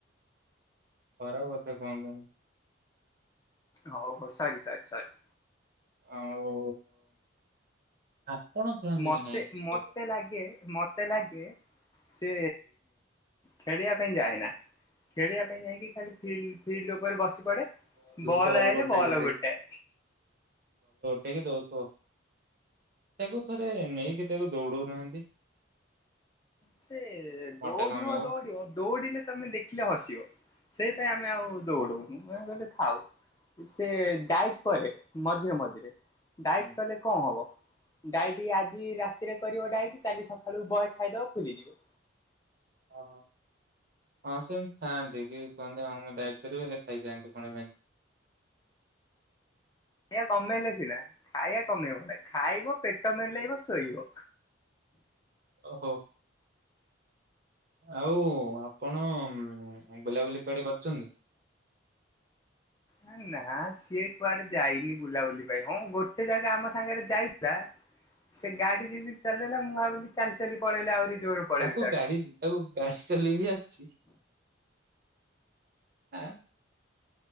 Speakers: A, on the right; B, on the left.
A: ଖରାପ କଥା କୁହନ୍ତନି।
B: ହଉ ହଉ ସରି ସରି ସରି
A: ଆଉ। ଆପଣ ଖେଳନ୍ତି
B: ମତେ
A: କି ନାଇ କ୍ରିକେଟ
B: ମତେ ଲାଗେ ମତେ ଲାଗେ ସେ ଖେଳିବା ପାଇଁ ଯାଏନା ଖେଳିବା ପାଇଁ ଯାଇକି ଖାଲି ଫ ଫିଲ୍ଡ ଉପରେ ବସି ବଲ୍
A: ବଲ୍
B: ଆଇଲେ
A: ଗୋଟେଇକି
B: ବଲ ଗୋଟେଏ
A: ଟକି ଦଉଥିବ ତାକୁ ଥରେ ନେଇକି ତାକୁ ଦୌଡଉନାହାନ୍ତି।
B: ସେ
A: ମୋଟା
B: ଦୌଡିବ
A: କମିବ।
B: ଦୌଡିବ ଦୌଡିଲେ ତମେ ଦେଖିଲେ ହସିବ। ସେଇପାଇ ଆମେ ଆଉ ଦୌଡଉନୁେ କହିଲ ଥାଉ ସେ ଡାଇଟ କରେ ମଝିରେ ମଝିରେ ଡାଏଟ୍
A: ହୁଁ
B: କଲେ କଣ ହବ। ଡାଈଟି ଆଜି ରାତିରେ କରିବ ଡାଇଟି କାଲି ସକାଳୁ ବହେ ଖାଇଦବ ଫୁଲିଯିବ
A: ଓ ହଁ ସେମିତି ଥାଆନ୍ତି କି କୁହନ୍ତି ହଁ ମୁଁ ଡାଇଟ କରିବି ହେଲେ ଖାଇଥାନ୍ତୁ କଣ
B: ଖାଇ କମେଇଲେ ସିନା ଖାଇବା କମେଇବ ନା ଖାଇବ ପେଟ ମଲେଇବ ଶୋଇବ।
A: ଓହୋ। ଆଉ ଆପଣ ବୁଲାବୁଲି କୁଆଡେ କରୁଛନ୍ତି।
B: ନା ନା ସିଏ କୁଆଡେ ଯାଇନି ବୁଲାବୁଲି ପାଇଁ ହଁ ଗୋଟେ ଜାଗା ଆମ ସାଙ୍ଗରେ ଯାଇଥିଲା ସେ ଗାଡି ଯିବି ଚଲେଇଲା ମୁଁ ଭାବିଲି ଚାଲି ଚାଲି ପଳେଇଲା ଆହୁରି ଜୋର ପଳେଇବି
A: ତାକୁ
B: ତାଠୁ।
A: ଗାଡି ତାକୁ ଗାଡି ସଲେଇ ବିି ଆସିଛି? ଆ।